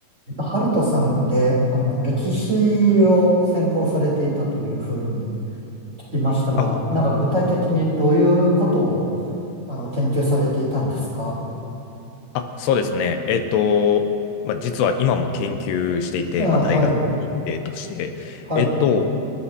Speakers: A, on the right; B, on the left.
A: えっと、ハルトさんって、あの、歴史を専攻されていたというふうに聞きましたが、
B: あ、
A: なんか具体的にどういうことを、あの、研究されていたんですか
B: あ、そうですね。えっと、まあ、実は今も研究していて、
A: あ、
B: まあ、大学院生として、
A: はい、はい。
B: えっと、